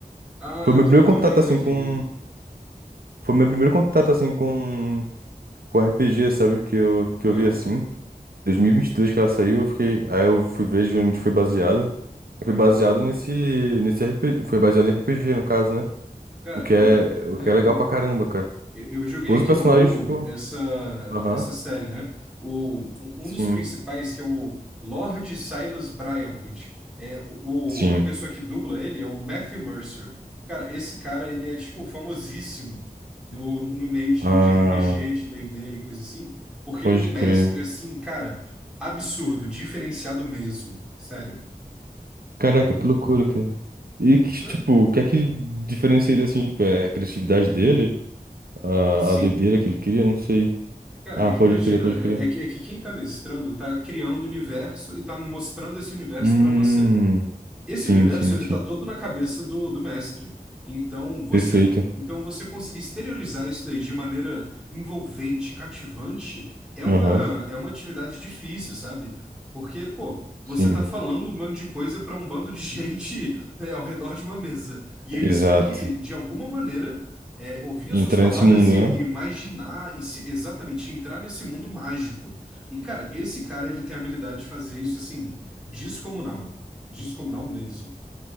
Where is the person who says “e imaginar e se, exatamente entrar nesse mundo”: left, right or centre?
Centre